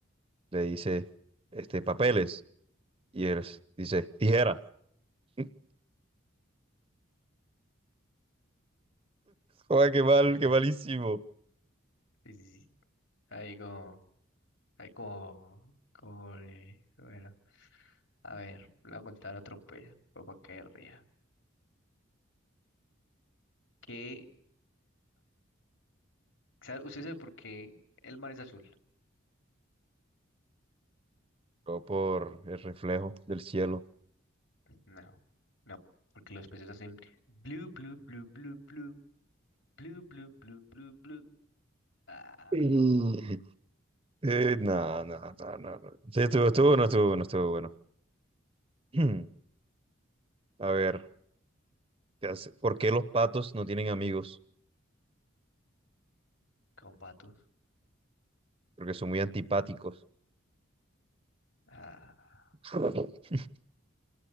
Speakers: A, on the right; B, on the left.
A: le dice, este, papeles, y él s- dice, tijera. <laughs> Joder, qué mal,
B: <laughs>
A: qué malísimo.
B: sí, sí. sí. Ahí como, ahí como, como, eh, bueno, a ver, voy a contar otro pues, para que ría. ¿Qué? ¿Sabe- ¿Usted sabe por qué el mar es azul?
A: Pero por el reflejo del cielo. <laughs>
B: No, no, porque los peces hacen blue, blue, blue, blue, blue, blue, blue, blue, blue, blue. Ah,
A: Mm. Eh, no, no, no, no, no. Sí, estuvo, estuvo, no estuvo, no estuvo bueno. <clears throat> A ver. ¿Qué hace? ¿Por qué los patos no tienen amigos?
B: con patos.
A: Porque son muy antipáticos.
B: Ah,
A: <laughs>